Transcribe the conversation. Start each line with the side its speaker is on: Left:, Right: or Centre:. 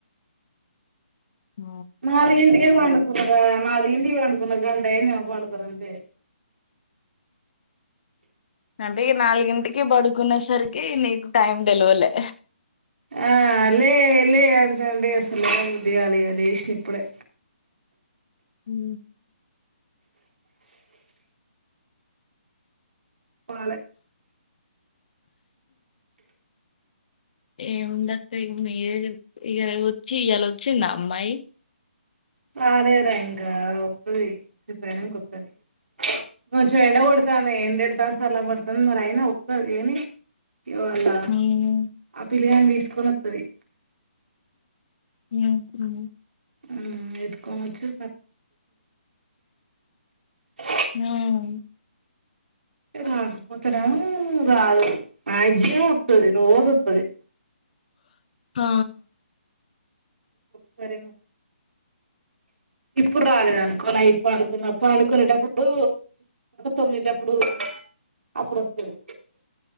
Left: ఉ
Right: నాలుగు ఇింటికే వాంటకున్నార నాలుగుగిటికి వాంకున్నా గంట న పాడుకుంట
Left: అంటే నాలుగింటికి బడుకునే సరికి ఏ న టైమ్ తెలివలే
Right: ఆ లే లే అంటండి అసలే దగాలి అడి వసిన ఇప్పుడే
Left: ఉ
Right: పాలే
Left: ఎవుందతయ్ నువ్వే చెప్పు ఇయాల వచ్చి ఇయాల వచ్చిండా అమ్మాయ్
Right: రాలేదురా ఇంకా వత్తాది షిఫ్ట్ అయినక్ కొత్తాది కొంచెం ఎళ్ండ కొడతాను ఏంటి వెళ్తాను సల్ల పడతాను మరి అయినా వస్తుంది ఏని ఇ వాళ్ల
Left: ఉమ్
Right: ఆ పిల్లగాడ్ని తీస్కొని వత్తది
Left: <unintelligible>
Right: ఆ ఎత్తుకొన్ వచ్చి <inaudible>
Left: హ్మ్
Right: రాకపోతే రాను రాదు మాగ్జిమమ్ వత్తది రోజు వత్తది.
Left: ఆ
Right: ఒకసర్ ఏమో ఇప్పుడు రాలేదు అనుకో నైట్ పంన్కునేటప్పుడు తొమ్మిటప్పుడు అప్పుడు వస్తాది.